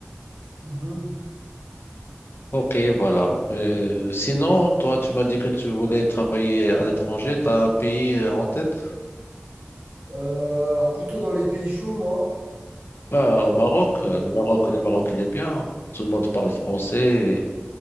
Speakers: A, on the right; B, on the left.
A: Mhm.
B: Ok, voilà. Euh, sinon, toi, tu m'as dit que tu voulais travailler à l'étranger. T'as un pays euh, en tête?
A: Euh, alors, plutôt dans les pays chauds, moi.
B: Bah, au
A: Donc,
B: Maroc. euh,
A: euh,
B: Le Maroc, le Maroc, il est bien. Tout le monde parle français.